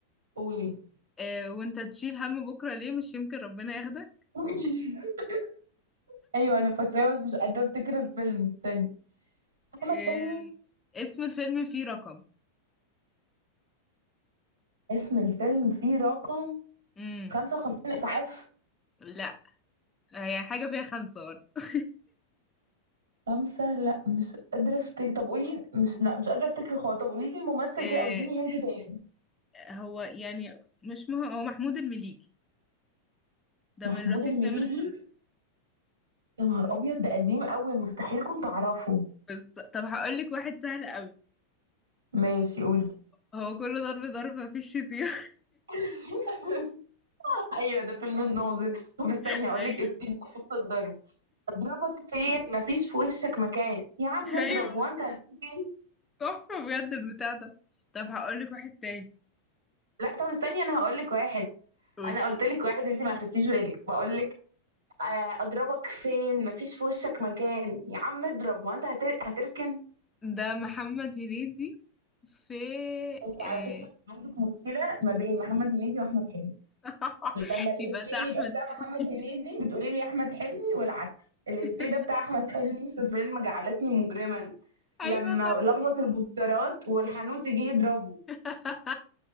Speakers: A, on the right (about 70°); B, on the left (about 15°).
A: قولي
B: آه، وانت تشيل هم بكره ليه مش يمكن ربنا ياخدك
A: <laughs> ايوه انا فاكراه بس مش قادره افتكر الفيلم استني احمد
B: آه،
A: حلمي
B: اسم الفيلم فيه رقم
A: اسم الفيلم فيه رقم
B: امم
A: 55 اتعاف
B: لا هي حاجه فيها خمسه برضه <laughs>
A: خمسة لا مش قادرة افتكر طب قولي مش لا مش قادرة افتكر خالص طب قولي لي الممثل
B: آه،
A: كده او اديني هنت تاني
B: هو يعني مش مه... هو محمود المليجي ده
A: محمود
B: من رصيف
A: المليجي
B: نمرة خمسة
A: يا نهار ابيض ده قديم قوي مستحيل كنت اعرفه
B: بز... طب هقول لك واحد سهل قوي
A: ماشي قولي
B: هو كله ضرب ضرب مفيش شتيمة
A: <laughs> ايوه ده فيلم الناظر طب استني
B: <laughs>
A: هقول
B: ايوه
A: لك افتكر خط الضرب اضربك فين مفيش في وشك مكان يا عم اضرب
B: ايوه
A: وانت هتسجن
B: تحفة بجد البتاع ده طب هقول لك واحد تاني
A: لا طب استني انا هقول لك واحد
B: قولي
A: انا قلت لك واحد انت ما خدتيش بالك بقول لك آه، اضربك فين مفيش في وشك مكان يا عم اضرب هو انت هتر... هتركن
B: ده محمد هنيدي في
A: انت
B: إيه...
A: على فكره عندك مشكله ما بين محمد هنيدي واحمد حلمي
B: <laughs>
A: لما الافيه
B: يبقى ده احمد
A: يبقى بتاع
B: حلمي
A: محمد هنيدي بتقولي لي احمد حلمي والعكس الافيه
B: <laughs>
A: ده بتاع احمد حلمي في فيلم جعلتني مجرما لما
B: ايوه صح
A: لخبط البوسترات والحانوت يجي يضربه
B: <laughs>